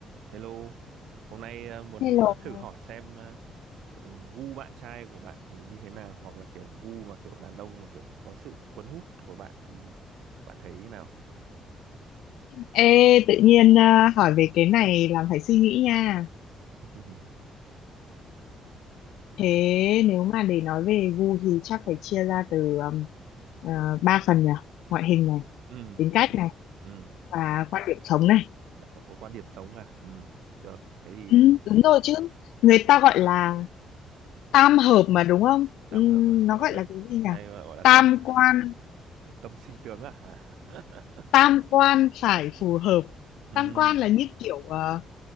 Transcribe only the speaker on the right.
Hello, hôm nay ờ, muốn
thử hỏi xem ờ, ờ, gu bạn trai của bạn thì như thế nào hoặc là kiểu gu mà kiểu đàn ông mà kiểu có sự cuốn hút của bạn thì bạn thấy thế nào?
<laughs>
Ừ,
ừ,
lại có, có quan điểm sống à? Ừ, được, thế thì
tám
hợp à?
Gọi
là
hay gọi là
tâm
tâm sinh tướng à? Hả? <laughs>
Ừ,